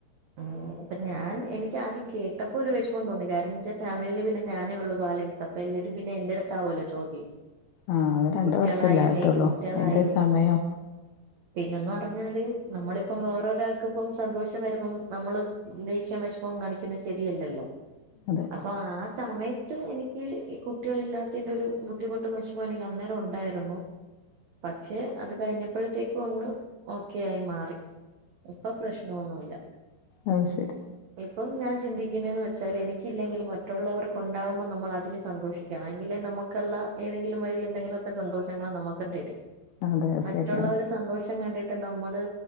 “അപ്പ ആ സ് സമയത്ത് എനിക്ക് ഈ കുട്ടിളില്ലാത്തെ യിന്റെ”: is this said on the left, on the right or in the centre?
Right